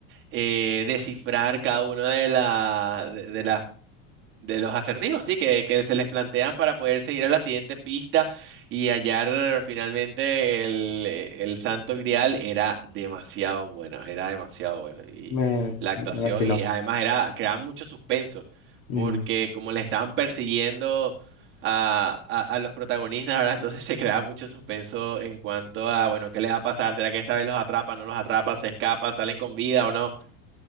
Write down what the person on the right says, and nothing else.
eh, descifrar cada una de, la, de, de las de los acertijos, sí, que, que se les plantean para poder seguir a la siguiente pista y hallar finalmente el, eh, el Santo Grial era demasiado buena, era demasiado bueno. Y
la actuación,
y además era, creaba mucho suspenso,
porque
como le estaban persiguiendo a, a, a los protagonistas, ¿verdad? Entonces se creaba mucho suspenso en cuanto a, bueno, ¿qué le va a pasar? ¿Será que esta vez los atrapa, no los atrapa, se escapa, salen con vida o no?